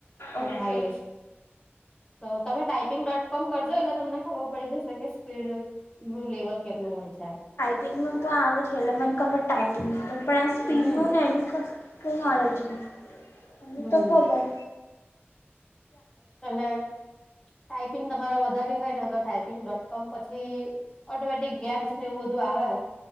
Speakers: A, on the left; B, on the left.
A: અને
B: ઓકે
A: હાઈએસ્ટ તો તમે ટાાઈપિંગ ડોટ કોમ કરજો, એટલે તમને ખબર પડી જશે કે સ્પીડ નું લેવલ કેમનું હોય છે. આમ
B: સ્પિંગ નું તો આવે છે, એટલે મને ખબર ટાાઈપિંગ તો, પણ આ સ્પિડ
A: હમ
B: નું ને એનું કોઈ નોલેજ નહીં, એટલે
A: હમ
B: તો કીધું
A: એટલે, ટાઈપિંગ તમારે વધારવી હોય ને, તો ટાઈપિંગ ડોટ કોમ પછી. ઓટોમેટિક ગેમ્સ ને એવું બધું આવે,